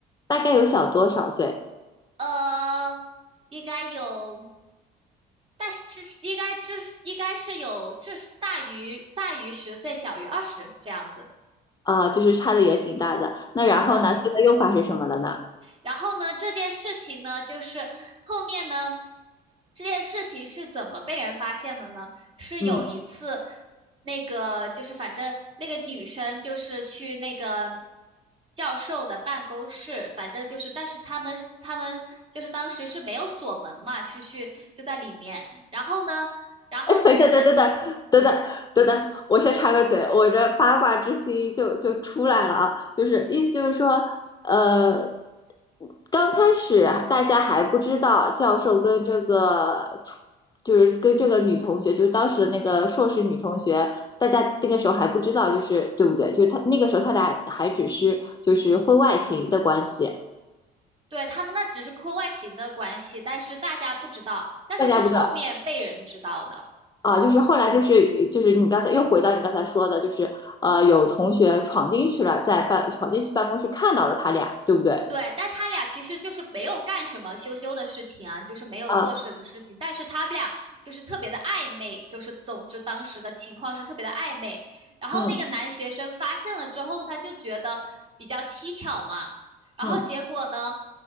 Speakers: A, on the left (about 25°); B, on the right (about 35°).
A: 大概有小多少岁
B: 呃，应该有。但是至应该至应该是有至大于大于十岁，小于二十这样子。
A: 啊，就是差的也挺大的。那然后呢，
B: 是的，
A: 现在用法是什么了呢？
B: 然后呢，这件事情呢，就是后面呢，这件事情是怎么被人发现的呢？是有一次，
A: 嗯。
B: 那个就是反正那个女生就是去那个教授的办公室，反正就是，但是他们他们就是当时是没有锁门嘛，去去就在里面，然后呢，
A: <laughs>
B: 然后呢是
A: 哎，等一下等等等等等等等，我先插个嘴，我这八卦之心就就出来了啊，就是意思就是说，呃，刚开始大家还不知道教授跟这个初就是跟这个女同学，就是当时的那个硕士女同学，大家那个时候还不知道，就是对不对？就是他那个时候他俩还只是就是婚外情的关系，
B: 对他们那只是婚外情的关系，但是大家不知道，但是是后面被人知道的。
A: 大家不知道。啊，就是后来就是就是你刚才又回到你刚才说的，就是呃，有同学闯进去了，在办闯进去办公室看到了他俩，对不对？
B: 对，但他俩其实就是没有干什么羞羞的事情啊，就是没有做什么事情，
A: 啊，
B: 但是他们俩就是特别的暧昧，就是总之当时的情况是特别的暧昧。然后那个男学生发现了之后，
A: 嗯
B: 他就觉得比较蹊跷嘛。然后结果呢，
A: 嗯，